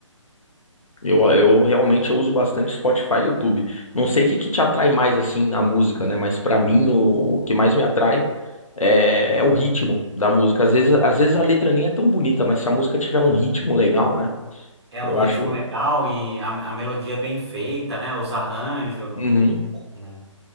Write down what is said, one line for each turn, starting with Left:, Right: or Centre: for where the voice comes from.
Left: Eu, eu realmente eu uso bastante Spotify e YouTube. Não sei o que que te atrai mais assim na música, né? Mas pra mim o, o que mais me atrai é, é o ritmo da música. Às vezes, às vezes a letra nem é tão bonita, mas se a música tiver um ritmo legal, né?
Right: É
Left: Eu
Right: um ritmo
Left: acho.
Right: legal e a, a melodia é bem feita, né? Os arranjos,
Left: Uhum.
Right: né?